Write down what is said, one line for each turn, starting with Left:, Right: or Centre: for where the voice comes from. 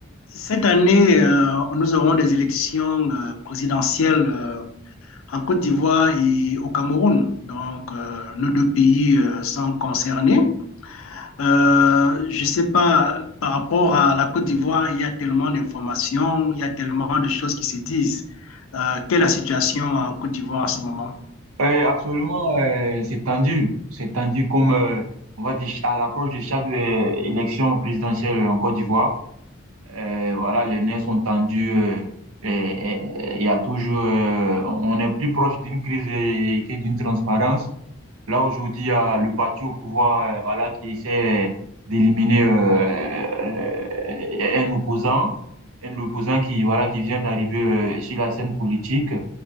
Left: Cette année, euh, nous aurons des élections euh, présidentielles euh, en Côte d'Ivoire et au Cameroun. Donc, euh, nos deux pays euh, sont concernés. Euh, je ne sais pas, par rapport à la Côte d'Ivoire, il y a tellement d'informations, il y a tellement de choses qui se disent. Euh, quelle est la situation en Côte d'Ivoire en ce moment?
Right: Euh, actuellement, euh, c'est tendu. C'est tendu comme, euh, on va dire, à l'approche de chaque euh, élection présidentielle en Côte d'Ivoire. Euh, voilà, les nerfs sont tendus. euh, et, et il y a toujours, euh, on est plus proche d'une crise euh, que d'une transparence. Là, aujourd'hui, il y a le parti au pouvoir, euh, voilà, qui essaie d'éliminer euh, euh, un opposant, un opposant qui, voilà, qui vient d'arriver euh, sur la scène politique.